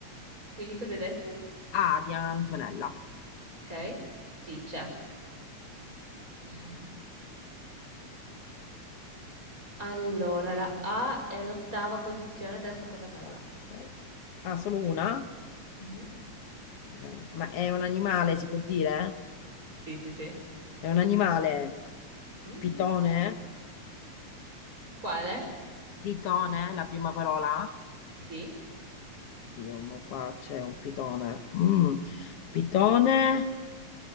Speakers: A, on the right (about 25°); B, on the left (about 60°).
A: Quindi cosa hai detto?
B: A di Antonella.
A: Ok, sì, c'è. Re- Allora, la A è all'ottava posizione della seconda parola.
B: 4, 6. Ah, solo una?
A: Mhm.
B: Re. Ma è un animale, si può dire?
A: Sì, sì, sì.
B: È un animale.
A: Mhm.
B: Pitone?
A: Quale?
B: Pitone, la prima parola?
A: Sì.
B: Oddio, mo qua c'è un pitone. Mm. Pitone.